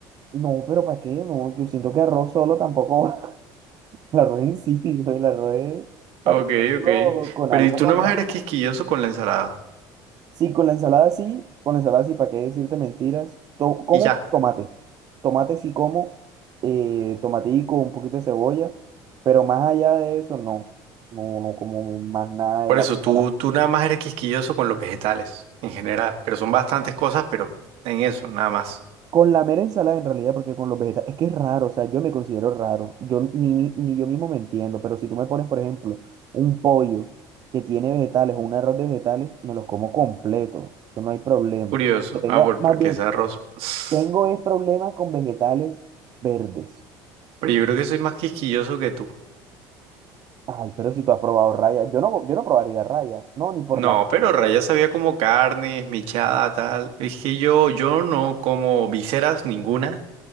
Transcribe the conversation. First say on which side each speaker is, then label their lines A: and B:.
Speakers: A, on the right (about 40°); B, on the right (about 70°).
A: no, pero ¿para qué? No, yo siento que arroz solo tampoco <laughs> La roé, sí, sí, soy la roé. Para
B: Ok,
A: comerlo
B: ok.
A: con
B: Pero
A: algo
B: y tú
A: acompañado.
B: nada más eres quisquilloso con la ensalada.
A: Sí, con la ensalada sí, con la ensalada sí, ¿para qué decirte mentiras? To- como
B: Y ya.
A: tomate. Tomate sí como, eh, tomatico, un poquito de cebolla, pero más allá de eso no. No, no como más nada
B: Por
A: de la
B: eso,
A: ensalada.
B: tú, tú nada más eres quisquilloso con los vegetales en general, pero son bastantes cosas, pero en eso, nada más.
A: Con la mera ensalada en realidad, porque con los vegetales, es que es raro, o sea, yo me considero raro, yo ni, mi- ni yo mismo me entiendo, pero si tú me pones, por ejemplo, un pollo que tiene vegetales o un arroz de vegetales, me los como completo, eso no hay problema.
B: Curioso.
A: Que tenga,
B: Ah, bueno,
A: más
B: porque
A: bien,
B: es arroz. <sniffs>
A: tengo es problema con vegetales verdes.
B: Pero yo creo que soy más quisquilloso que tú.
A: Ay, pero si tú has probado raya, yo no, yo no probaría raya, no, ni por
B: No,
A: la...
B: pero Raya sabía como carnes, michada, tal. Es que yo, yo no como viseras ninguna.